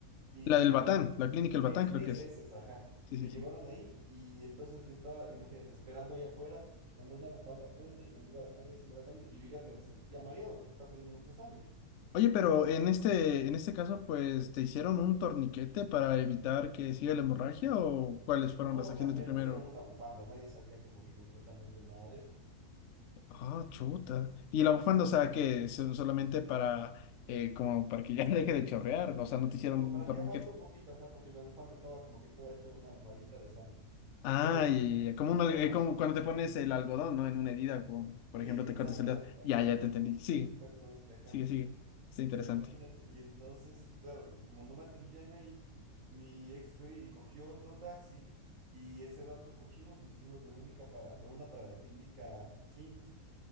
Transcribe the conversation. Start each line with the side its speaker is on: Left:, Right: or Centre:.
Right: y
Left: La del Batán, la clínica El Batán
Right: es
Left: creo
Right: esa,
Left: que es.
Right: es esa, ajá.
Left: Sí,
Right: Me
Left: sí,
Right: llevaron
Left: sí.
Right: ahí y entonces yo estaba, imagínate, esperando allá afuera con una bufanda puesta y se me iba la sangre y se me iba la sangre y yo ya me sentía mareado porque estaba perdiendo mucha sangre.
Left: Oye, pero en este, en este caso, pues, ¿te hicieron un torniquete para evitar que siga la hemorragia o cuáles fueron
Right: No,
Left: las
Right: o
Left: acciones
Right: sea, me
Left: de primero?
Right: pusieron una bufanda, nadie sabía como que concretamente nada de esto.
Left: Ah, chuta. Y la bufanda, o sea, que son solamente para, eh, como para que ya <laughs> deje de chorrear, o sea, no te hicieron
Right: Como
Left: un
Right: para
Left: torniquete.
Right: que aguante un poquito, ajá, porque la bufanda estaba como que toda hecha una almohadita de sangre. Y
Left: Ah,
Right: de ahí
Left: y como,
Right: y
Left: un
Right: estabas.
Left: al- eh, como cuando te pones el algodón, ¿no? En una herida, como, por ejemplo,
Right: e-
Left: te
Right: exactamente,
Left: cortas el dedo. Ya,
Right: ajá.
Left: ya te entendí.
Right: Justo,
Left: Sigue,
Right: justo, exactamente, ajá.
Left: sigue, sigue. Está interesante.
Right: Imagínate. Y entonces, claro, pues como no me atendían ahí, mi ex fue y cogió otro taxi. Y ese rato cogimos y nos fuimos de única para, de una para la clínica Pichincha.